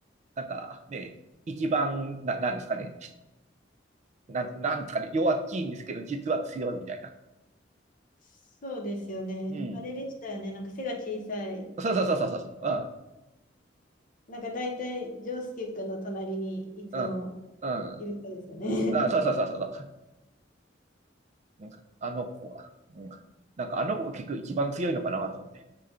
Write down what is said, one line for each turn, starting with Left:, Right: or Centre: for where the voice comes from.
Right: なんか、ね、一番、な、なんですかね。な、なんですかね。弱っちいんですけど、実は強いみたいな。
Left: そうですよね。
Right: うん。
Left: あれでしたよね。なんか背が小さい。
Right: そうそうそうそうそう。
Left: なんか大体、ジョウスケくんの隣にいつも
Right: うん。うん。
Left: いる子ですよね。
Right: うん。あ、そうそうそうそう。うんあの子は、うんなんかあの子が結局一番強いのかなと思って。